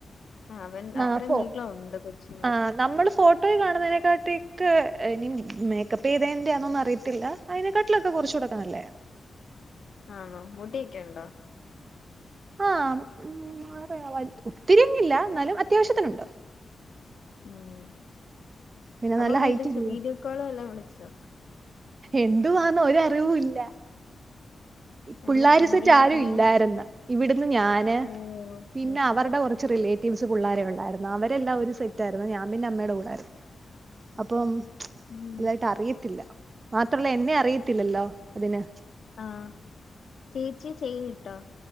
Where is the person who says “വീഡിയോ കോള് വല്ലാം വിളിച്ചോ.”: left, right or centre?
Left